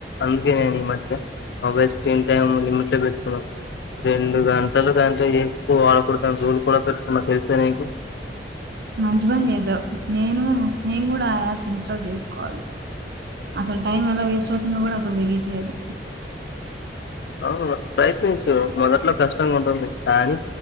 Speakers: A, on the left; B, on the right.
A: అందుకే నేను ఈ మధ్య మొబైల్ స్క్రీన్ టైమ్ లిమిట్ లో పెట్టుకున్నాం రెండు గంటలు దాంట్లో ఎక్కువ వాడకడదాను చోలు కూడ పెట్టుకున్నా తెలిసే ఇంకా
B: మంచి పని చేసావు నేను నేను కూడ ఆ యాప్స్ ఇన్స్టాల్ చేసుకోవాలి అసలు టైం ఎలా వేస్ట్ అవుతుందో కూడ అసలు తెలియట్లేదు
A: అవును ప్రయత్నించు మొదట్లో కష్టంగ ఉంటుంది కానీ